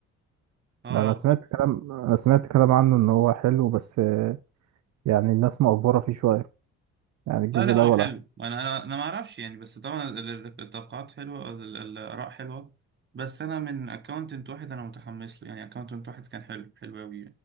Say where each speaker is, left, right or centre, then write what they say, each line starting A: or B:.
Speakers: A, on the right; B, on the right.
A: آه،
B: ده انا سمعت كلام انا سمعت كلام عنه ان هو حلو بس آه، يعني الناس مقفره فيه شويه يعني الجزء
A: لا لا
B: الاول
A: هو حلو
B: احسن
A: انا انا أنا ما اعرفش يعني بس طبعا ال- ال- التوقعات حلوه ال- ال- الاراء حلوه بس انا من اكونتنت واحد انا متحمس له يعني اكونتنت واحد كان حلو حلو قوي